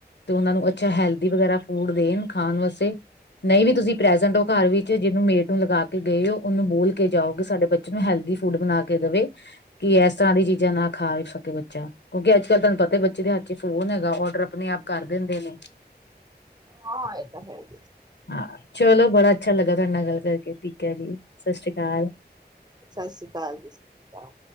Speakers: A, on the left (about 80°); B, on the right (about 25°).
A: ਤੇ ਉਹਨਾਂ ਨੂੰ ਅੱਛਾ ਹੈਲਦੀ ਵਗੈਰਾ ਫੂਡ ਦੇਣ ਖਾਣ ਵਾਸਤੇ ਨਹੀਂ ਵੀ ਤੁਸੀਂ ਪ੍ਰੈਜੈਂਟ ਹੋ ਘਰ ਵਿੱਚ ਜਿਹਨੂੰ ਮੇਡ ਨੂੰ ਲਗਾ ਕੇ ਗਏ ਹੋ ਉਹਨੂੰ ਬੋਲ ਕੇ ਜਾਓਗੇ ਸਾਡੇ ਬੱਚੇ ਨੂੰ ਹੈਲਦੀ ਫੂਡ ਬਣਾ ਕੇ ਦੇਵੇ ਕਿ ਇਸ ਤਰ੍ਹਾਂ ਦੀ ਚੀਜ਼ਾਂ ਨਾ ਖਾਵੇ ਸਕੇ ਬੱਚਾ ਕਿਉਂਕਿ ਅੱਜ-ਕੱਲ੍ਹ ਤਾਨੂੰ ਪਤਾ ਬੱਚੇ ਦੇ ਹੱਥ ਚ ਫ਼ੋਨ ਹੈਗਾ ਔਡਰ ਆਪਣੇ ਆਪ ਕਰ ਦਿੰਦੇ ਨੇ
B: ਹਾਂ ਇਹ ਤੇ ਹੈ ਹੀ
A: ਹਾਂ, ਚਲੋ ਬੜਾ ਅੱਛਾ ਲੱਗਾ ਤਹਾਡੇ ਨਾਲ਼ ਗੱਲ ਠੀਕ ਏ ਜੀ ਸਸ੍ਰੀ ਕਾਲ
B: ਸਸ ਸ੍ਰੀ ਕਾਲ ਜੀ। ਅਕਾਲ